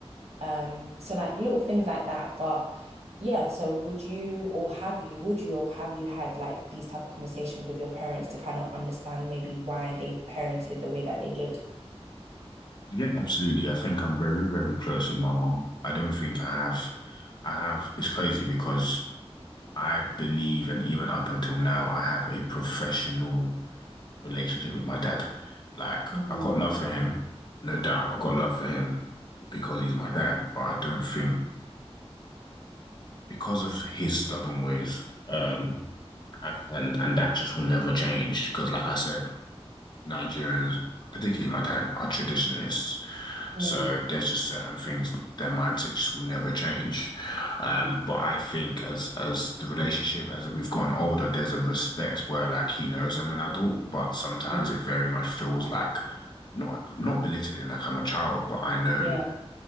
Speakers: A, on the right; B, on the left.
A: Um, so like little things like that. But yeah, so would you or have you, would you or have you had like these type of conversations with your parents to kind of understand maybe why they parented the way that they did?
B: Yeah, absolutely. I think I'm very, very close with my mom. I don't think I have, I have, it's crazy because I believe, and even up until now, I have a professional relationship with my dad. Like,
A: Mm,
B: I've got love for him, no doubt. I've got love for him because he's my dad, but I don't think because of his stubborn ways, um, a- and and that just will never change. Because, like I said, Nigerians, particularly my dad, are traditionalists.
A: mm,
B: So there's just certain things their mindset just will never change. Um,
A: mm,
B: but I think as as the relationship as we've gotten older, there's a respect where like he knows I'm an adult, but sometimes
A: mm,
B: it very much feels like not not belittling like I'm a child, but I know
A: yeah.